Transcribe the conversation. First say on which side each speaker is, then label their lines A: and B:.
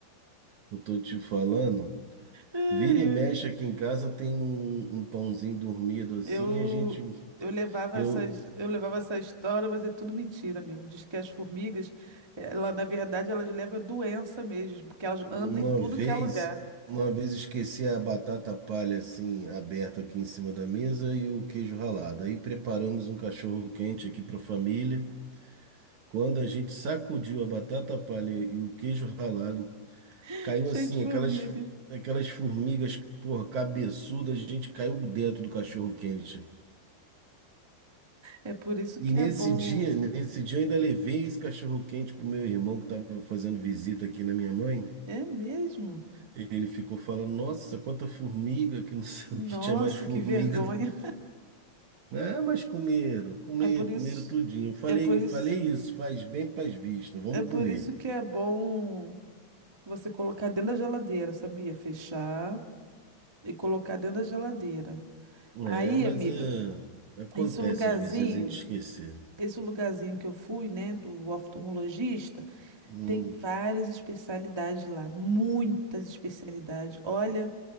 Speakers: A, on the right; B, on the right.
A: Eu tô te falando.
B: Ai,
A: Vira e
B: ai.
A: mexe aqui em casa tem um, um pãozinho dormido assim.
B: Eu,
A: A gente,
B: eu levava
A: eu
B: essas, eu levava essa história, mas é tudo mentira, amigo. Diz que as formigas, ela, na verdade, elas levam doença mesmo, porque elas
A: uma
B: andam em tudo
A: vez,
B: que é lugar,
A: uma vez esqueci a batata palha assim aberta aqui em cima da mesa e o queijo ralado. Aí preparamos um cachorro quente aqui para a família. Quando a gente sacudiu a batata palha e o queijo ralado
B: <laughs>
A: Caiu
B: cheio
A: assim,
B: de formiga.
A: aquelas, fu- aquelas formigas, porra, cabeçudas, a gente caiu dentro do cachorro-quente.
B: É por isso que
A: E nesse
B: é bom.
A: dia, nesse dia eu ainda levei esse cachorro-quente pro meu irmão que tava fazendo visita aqui na minha mãe.
B: É mesmo?
A: Ele ficou falando, nossa, quanta formiga, que não <laughs> sei
B: Nossa,
A: o que tinha mais formiga
B: que vergonha.
A: do. Ah, mas comeram, comeram,
B: É por isso,
A: comeram tudinho. Eu Falei,
B: é por isso,
A: falei isso, faz bem pras vistas, vamos
B: é por
A: comer.
B: isso que é bom. Você colocar dentro da geladeira, sabia? Fechar e colocar dentro da geladeira.
A: É,
B: Aí,
A: mas
B: amigo,
A: é, acontece
B: esse lugarzinho,
A: às vezes a gente esquecer.
B: esse lugarzinho que eu fui, né, do oftalmologista,
A: Hum.
B: tem várias especialidades lá, muitas especialidades. Olha,